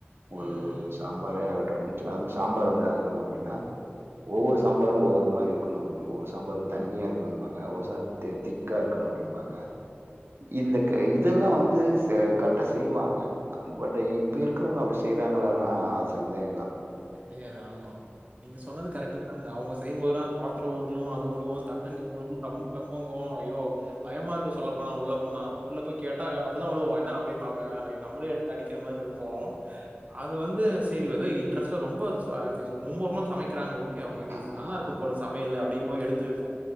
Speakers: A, on the right (about 35°); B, on the right (about 65°).
A: ம்.
B: ஒரு சாம்பாரே ஆகட்டு அப்டின்ச்சுக்கோ அது வந் சாம்பார் வந்து என்ன சொல்லுவாங்க அப்டின்னா ஒவ்வொரு சாம்பாரு ஒவ்வொரு மாரி இருக்கணும்பாங்க ஒரு சாம்பார் தண்ணியா இருக்கணும்ப்பாங்க ஒரு சா தே திக்கா இருக்கணு அப்டின்பாங்க இந்த க இதெல்லா வந்து ச கரெக்டா செய்வாங்க பட் இப்ப இரு ருக்கறவங்க அப்டி செய்ராங்காளானா அது சந்தேகந்தா
A: கெடையாது ஆம்மா நீங்க சொன்னது கரெக்ட்டு தா அந்த அவுங்க செய்யும்போதெல்லா பாத்ரோ உருளு அத் து உழுவு தட்டங்கிட்ட உழுகு டம்மு டம்முங்கு ஐயோ பயமா இருக்கு சொல்லப் போனா உள்ள போனா உள்ள போய் கேட்டா அப்டிதா உழுவோ என்ன அப்டிம்பாங்க நம்ளே எடுத் அடிக்கிற மார் ருக்கு அது வந்து செரி எதோ இ இன்ட்ரெஸ்ட்டா ரொம்ப ச மும்முரமா சமைக்கிறாங்க ஓகே அவுங்க இன்னிக்
B: அ
A: நல்லா
B: ஆமா.
A: இருக்கும் போல சமையலு அப்டின் போய் எடுத்து வெப்போ